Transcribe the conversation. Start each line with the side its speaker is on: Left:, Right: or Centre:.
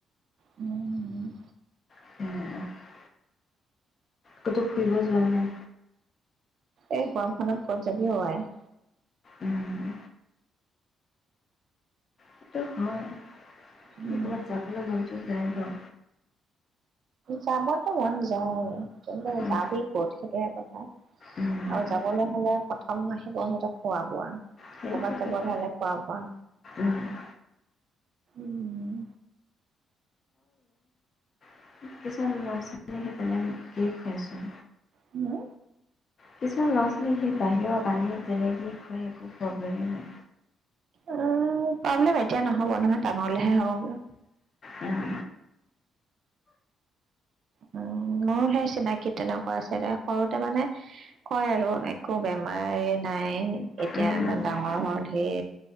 Right: উম
Left: <unintelligible> ক তো ফুৰিব যোৱা নাই
Right: এই গৰমখনত ক'ত যাবি অ উলাই
Left: উম, সেইটো হয় কিন্তু
Right: উম
Left: ক'ৰবাত যাবলৈ মনটো যায় ব
Right: যাবতো মন যায় কিন্তু
Left: উম,
Right: যাবি ক'ত সেইটোয়ে কথা
Left: উম,
Right: আৰু যাবলৈ হলে প্ৰথম আহিব সিহত খোৱা বোৱা
Left: সেইটোৱে
Right: ক'বাত যাব
Left: কথা
Right: হলে খোৱা পোৱা
Left: উম,
Right: উম
Left: <unintelligible> তেনে কে খাইছোন
Right: হম
Left: কিছু ল আপুনি সেই বাহিৰৰ পানী তেনেকৈ খুৱাই একো প্ৰব্লেমেই নাই
Right: অ প্ৰব্লেম এতিয়া নহ'ব নহয় ডাঙৰ হলেহে হ'ব বা
Left: উম
Right: উম মোৰ সেই চিনাকি তেনেকুৱা আছে সৰুতে মানে কয় আৰু একো বেমাৰ নাই এতিয়া
Left: উম,
Right: ইমান
Left: উম,
Right: ডাঙৰ হল সেই